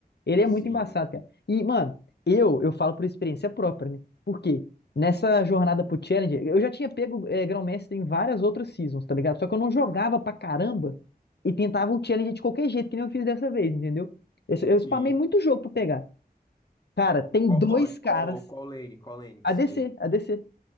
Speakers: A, on the left; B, on the left.
A: Ele é
B: Sim.
A: muito embaçado, cara. E, mano, eu, eu falo por experiência própria, né? Por quê? Nessa jornada pro Challenger, eu já tinha pego é, Grão-Mestre em várias outras seasons, tá ligado? Só que eu não jogava
B: Aham.
A: pra caramba e tentava o challenge de qualquer jeito, que nem eu fiz dessa vez, entendeu? Eu, eu
B: Sim.
A: spamei muito jogo pra pegar. Cara, tem
B: Qual
A: dois
B: rock,
A: caras.
B: qual, qual lane, qual lane que
A: a
B: você,
A: ADC, ADC.